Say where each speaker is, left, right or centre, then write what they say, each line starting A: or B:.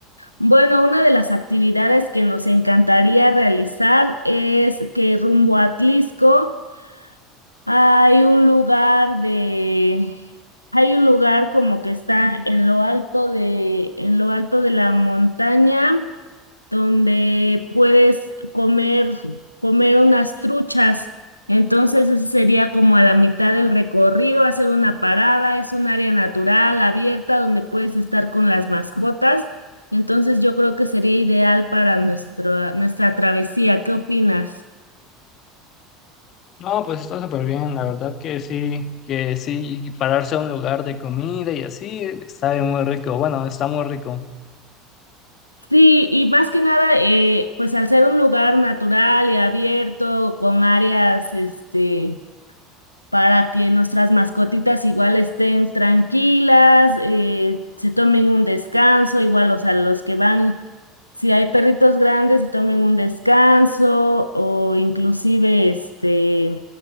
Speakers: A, on the left (about 80°); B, on the left (about 40°).
A: Bueno, una de las actividades que nos encantaría realizar es que rumbo a Tlisco hay un lugar de, hay un lugar como que está en lo alto de, en lo alto de la montaña donde puedes comer, comer unas truchas. Entonces, ese sería como a la mitad del recorrido, hacer una parada, es un área natural, abierta, donde puedes estar con las mascotas. Entonces, yo creo que sería ideal para nuestra, nuestra travesía. ¿Qué opinas?
B: No, pues está súper bien, la verdad que sí, que sí, y pararse a un lugar de comida y así, sabe muy rico, bueno, está muy rico.
A: Sí, y más que nada, eh, pues al ser un lugar natural y abierto, con áreas, este, para que nuestras mascotitas igual estén tranquilas, eh, se tomen un descanso, igual, o sea, los que van, si hay perritos grandes, se tomen un descanso o inclusive, este,